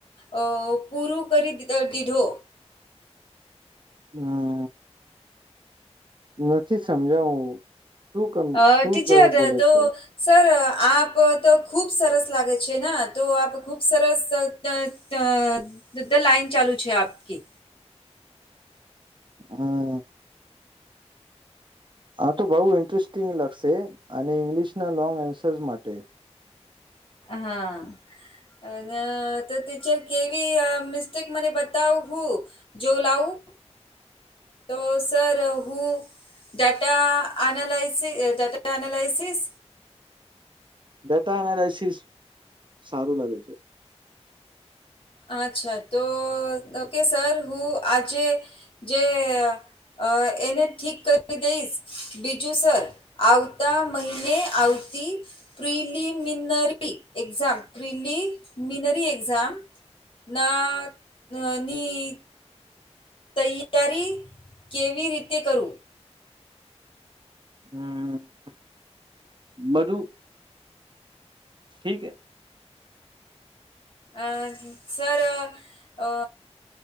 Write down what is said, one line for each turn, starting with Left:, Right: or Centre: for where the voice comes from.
Left: અ પૂરું કરી દી દીધો
Right: હમ. નથી સમજાવું શુંકમ
Left: અ
Right: શું
Left: ટીચર
Right: ત બોલે
Left: તો
Right: છે.
Left: સર આપ તો ખૂબ સરસ લાગે છે, ના તો આપ ખૂબ સરસ <unintelligible> લાઈન ચાલુ છે, આપકી
Right: હમમ. હા તો બઉ ઇન્ટરેસ્ટિંગ લગશે અને ઈંગ્લિશના લોંગ એન્સર્સ માટે
Left: હા. અન તો ટીચર કેવી મિસ્ટેક મને બતાવ હું જો લાવું તો સર હું data analysis data analysis
Right: data analysis સારું લાગે છે.
Left: અચ્છા તો ઓકે સર હું આજે જે અ એને ઠીક કરી દઈશ બીજું સર આવતા મહિને આવતી પ્રલીમિનરી એક્ઝામ પ્રલીમિનરી એક્ઝામ નાની તૈયારી કેવી રીતે કરું
Right: હમ. બધું ઠીકે
Left: અ સર અ